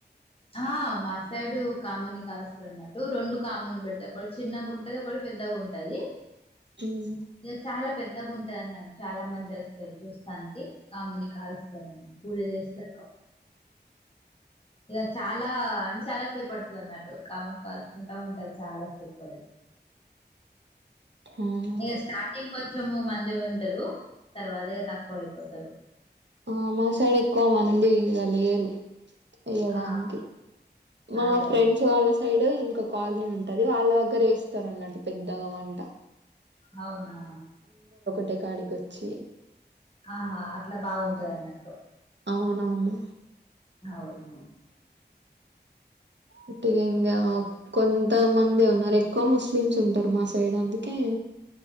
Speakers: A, on the left; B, on the right.
A: ఆ మా సైడు కాముని కాల్సర అన్నటు కాములు పెడతా ఒక చిన్నగా ఉంటది ఒక పెద్దగా ఉంటది
B: ఉమ్
A: ఇ చాలా పెద్దగా ఉంటా అన్నాడు చాలా మంది వస్తారు చూస్తానికి కాముని కాలుస్తారన్న పూజ చేస్తారు ఇక చాలా అంటే చాలా సేపు పడుతుంది అన్నట్టు కామం కాల్చుకుంటా ఉంటది చాలా సేపు అది
B: అవునా
A: ఇక స్టార్టింగ్ కొంచం మంది ఉంటారు తర్వాత ఇక తక్కువ అయిపోతారు
B: ఆ మా సైడ్ ఎక్కువ మంది ఇక లేరు వే యడానికి
A: ఆ
B: మా
A: అదే
B: ఫ్రెండ్స్
A: అదే
B: వాళ్ళ సైడ్ డు ఇంకా కాలనీ ఉంటది వాళ్ళ దగ్గర వేస్తారు అన్నట్టు పెద్దగా మంట
A: అవునా
B: ట్టకాడి కొచ్చి
A: ఆహా అట్లా బాగుంటది అన్నట్టు
B: అవునవును
A: అవును
B: ఇటుగ ఇంకా కొంతమంది ఉన్నారు ఎక్కువ ముస్లిమ్స్ ఉంటారు మా సైడ్ అందుకే